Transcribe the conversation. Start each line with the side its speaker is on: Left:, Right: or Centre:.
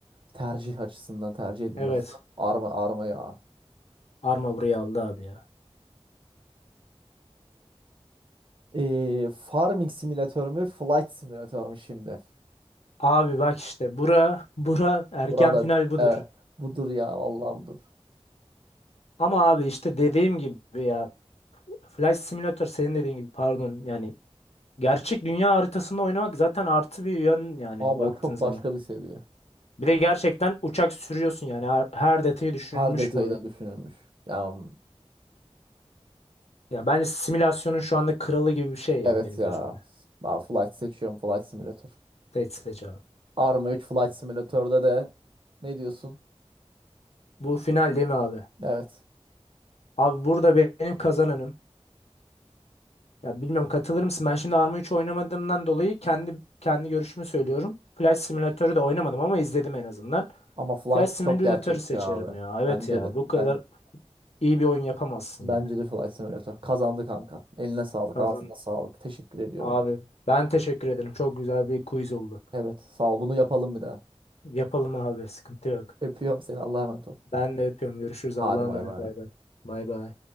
Right: Tercih açısından tercih edilme
Left: Evet.
Right: açısından. Arma Arma ya.
Left: Arma burayı aldı abi ya.
Right: Ee, Farming Simülatör mü Flight Simülatör mü şimdi?
Left: Abi bak işte bura bura erken
Right: Burada
Left: final budur.
Right: evet budur ya vallahi budur.
Left: Ama abi işte dediğim gibi ya Flight Simulator senin dediğin gibi pardon yani gerçek dünya haritasında oynamak zaten artı bir yön yani
Right: Abi
Left: baktığın
Right: o çok
Left: zaman.
Right: başka bir seviye.
Left: Bir de gerçekten uçak sürüyorsun yani her, her detayı düşünülmüş
Right: Her detayı
Left: bir oyun.
Right: da düşünülmüş. Yani
Left: Ya bence simülasyonun şu anda kralı gibi bir şey ya
Right: evet
Left: benim
Right: ya.
Left: gözümde.
Right: Ben Flight seçiyorum Flight Simulator.
Left: Flight Simulator abi.
Right: Arma 3 Flight Simulator'da de ne diyorsun?
Left: Bu final değil mi abi?
Right: Evet.
Left: Abi burada benim kazananım. Ya bilmiyorum katılır mısın? Ben şimdi Arma 3 oynamadığımdan dolayı kendi kendi görüşümü söylüyorum. Flight Simulator'ı da oynamadım ama izledim en azından.
Right: Ama Flight
Left: Flight Simulator'ı
Right: çok gerçekçi
Left: seçerim
Right: abi.
Left: ya. Evet
Right: Bence
Left: ya.
Right: de.
Left: Bu
Right: Ben
Left: kadar iyi bir oyun yapamazsın
Right: bence
Left: ya.
Right: de Flight Simulator. Kazandı kanka. Eline sağlık,
Left: Kazan
Right: ağzına sağlık. Teşekkür ediyorum.
Left: abi. Ben teşekkür ederim. Çok güzel bir quiz oldu.
Right: Evet, sağ ol. Bunu yapalım bir daha.
Left: Yapalım abi. Sıkıntı yok.
Right: Öpüyorum seni. Allah'a emanet ol.
Left: Ben de öpüyorum. Görüşürüz. Allah'a
Right: Hadi
Left: emanet.
Right: bay bay.
Left: Bay bay. Bay bay.